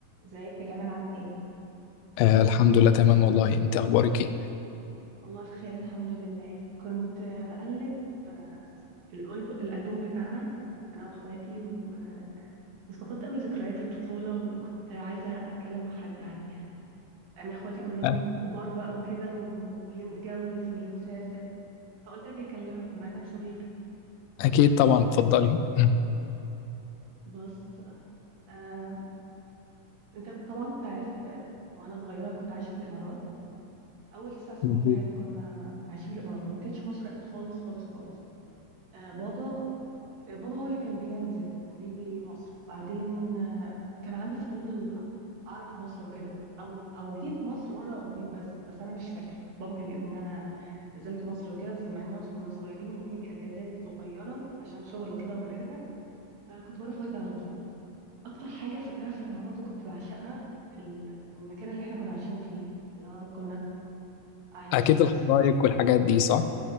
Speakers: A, on the right; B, on the left.
A: ازيك يا جمال عامل ايه؟
B: آه الحمد لله تمام والله انت اخبارك ايه
A: والله بخير الحمد لله كنت آه، بقلب آه، في الألب- الألبوم بتاعنا أنا وأخواتي و- وافتقدت قوي ذكريات الطفولة وكنت عايزة أتكلم مع حد عليها أنا أخواتي كلهم
B: أ-
A: كبار بقى وكده و- واللي متجوز واللي مسافر فقلت أجي أكلمك بما إنك صديقي
B: اكيد طبعا اتفضلي <laughs>
A: بص آه، آه، أنت طبعا كنت عارف آه، وأنا صغيرة كنت عايشة في الإمارات أول تسع سنين
B: مم.
A: في حياتي كنا عايشين في الإمارات وما جيتش مصر خالص خالص خالص آه، بابا بابا هو اللي كان بينزل وبيجي مصر بعدين آه، كان عندي فضول اعرف مصر وكده او او جيت مصر مره او اتنين بس بس انا مش فاكره بابا كان بيقول ان انا نزلت مصر وكده بس مع اننا كنا صغيرين وبنيجي اجازات صغيره عشان شغل وكده وبنرجع فكنت بروح واجي على طول اكتر حاجه فاكراها في الامارات وكنت بعشقها ال- المكان اللي احنا كنا عايشين فيه لا كنا عايشين
B: اكيد الحدائق والحاجات دي صح